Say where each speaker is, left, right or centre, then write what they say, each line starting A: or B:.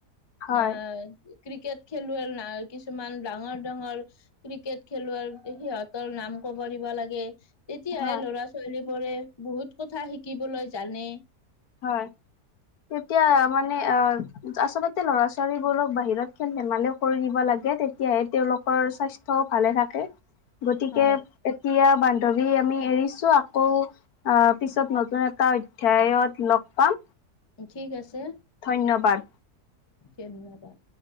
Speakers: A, on the left; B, on the left.
A: হয়
B: অ ক্ৰিকেট খেলুৱৈৰ না কিছুমান ডাঙৰ-ডাঙৰ ক্ৰিকেট খেলুৱৈৰ সিহঁতৰ নাম কাম ক লাগে তেতিয়াহে
A: হয়
B: ল'ৰা ছোৱালী বোৰে বহুত কথা শিকিবলৈ জানে।
A: হয়, তেতিয়া মানে অ, আচলতে ল'ৰা ছোৱালীবোৰক বাহিৰত খেল ধেমালি কৰি দিব লাগে তেতিয়াহে তেওলোকৰ স্বাস্থ্য ভালে থাকে গতিকে
B: হয়
A: এতিয়া বান্ধৱী আমি এৰিছো আকৌ আহ পিছত নতুন টা অধ্যায়ত লগ পাম।
B: ঠিক আছে।
A: ধন্যবাদ
B: জন্নদাৰ